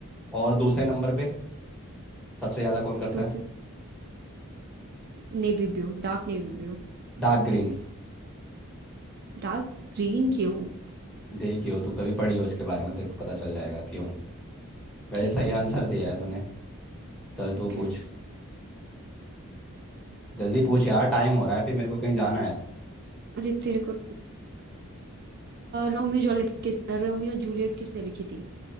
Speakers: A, in the centre; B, on the right (about 45°).
A: और दूसरे नंबर पे सबसे ज़्यादा कौन करता
B: दूसरा
A: है
B: Navy blue dark navy blue
A: Dark green
B: Dark green क्यों
A: देखियो तू कभी पढ़ी हो इसके बारे में तेरे को पता चल जाएगा क्यों वैसे
B: ठीक
A: सही
B: है
A: आंसर दिया है तूने चल तू
B: ओके
A: पूछ जल्दी पूछ यार टाइम हो रहा है फिर मेरे को कहीं जाना है
B: अरे तेरे को रोमियो जूलियट किस रोमियो जूलियट किसने लिखी थी